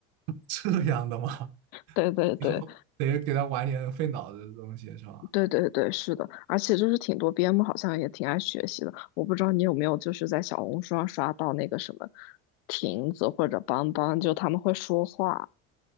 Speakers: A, on the right; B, on the left.
A: 这样的吗？
B: 对对对。
A: <laughs> 你说得给它玩点费脑子的东西是吧？
B: 对对对，是的，而且就是挺多边牧好像也挺爱学习的，我不知道你有没有就是在小红书上刷到那个什么亭子或者邦邦，就他们会说话，